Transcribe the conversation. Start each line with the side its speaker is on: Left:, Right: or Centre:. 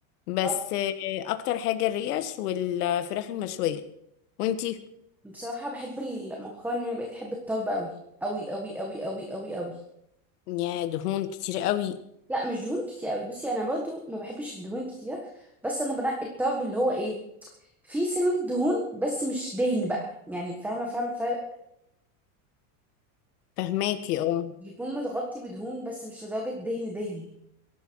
Left: بس
Centre: اه
Left: آه، اكتر حاجة الريش والفراخ المشوية وانتي
Centre: بصراحه بحب ال- مؤخرا يعني بقيت احب الطرب قوي قوي قوي قوي قوي قوي قوي
Left: يا دهون كتير قوي
Centre: لا مش دهون كتير قوي بصي انا برضو ما بحبش الدهون كتير بس انا بنقي الطرب اللي هو ايه فيه سنه دهون بس مش دهن بقى يعني فاهمه فاهمه الفرق
Left: فهماكي اه
Centre: يكون متغطي بدهون بس مش لدرجه دهن دهن